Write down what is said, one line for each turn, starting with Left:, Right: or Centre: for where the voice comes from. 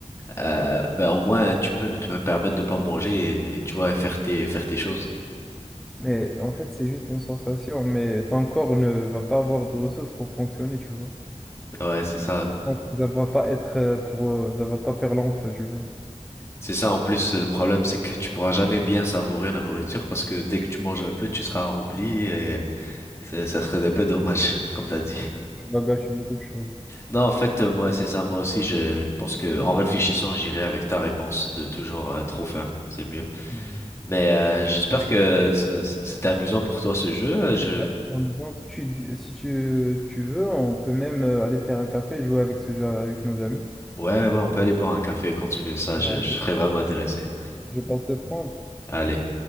Left: euh, ben, au moins, tu peux ne te permettre de pas manger et, et tu vois, et faire tes, faire tes choses.
Centre: Mais en fait, c'est juste une sensation, mais ton corps ne va pas avoir de ressources pour fonctionner, tu vois.
Left: Ouais, c'est ça.
Centre: Donc, ça va pas être euh, pour, euh, ça va pas faire l'enfeu, tu vois.
Left: C'est ça, en plus, le problème, c'est que tu pourras jamais bien savourer la nourriture parce que dès que tu manges un peu, tu seras rempli C'est- Ça serait un peu dommage, <laughs> comme t'as dit.
Centre: Tu vas gâcher beaucoup de choses.
Left: Non, en fait, euh, moi, c'est ça. Moi aussi, je pense que en réfléchissant, j'irai avec ta réponse de toujours euh, trop fin. C'est mieux.
Centre: Mhm.
Left: Mais euh, j'espère que ça, c'était amusant pour toi ce jeu. Je,
Centre: Ouais, en même temps, si tu, dis- si tu, tu veux, on peut même euh, aller faire un café, jouer avec ce jeu avec nos amis.
Left: ouais, ouais, on peut aller boire un café et continuer ça.
Centre: Ouais.
Left: Je, je serais vraiment intéressé.
Centre: Je passe te prendre.
Left: Allez.